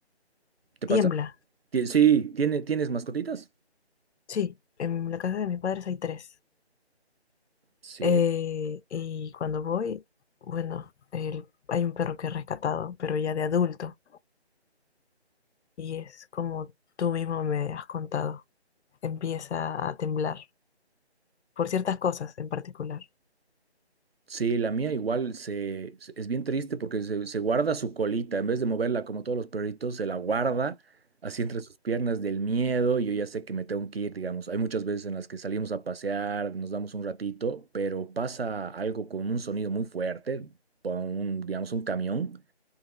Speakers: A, on the right; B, on the left.
A: ¿Te
B: Tiembla.
A: pasa? Ti- Sí, ¿tiene, ¿tienes mascotitas?
B: Sí, en la casa de mis padres hay tres.
A: Sí,
B: Eh, y cuando voy, bueno, el- hay un perro que he rescatado, pero ya de adulto. Y es como tú mismo me has contado. Empieza a temblar por ciertas cosas en particular.
A: Sí, la mía igual se, se- es bien triste porque se, se guarda su colita, en vez de moverla como todos los perritos, se la guarda así entre sus piernas del miedo y yo ya sé que me tengo que ir, digamos. Hay muchas veces en las que salimos a pasear, nos damos un ratito, pero pasa algo con un sonido muy fuerte, con un, digamos, un camión.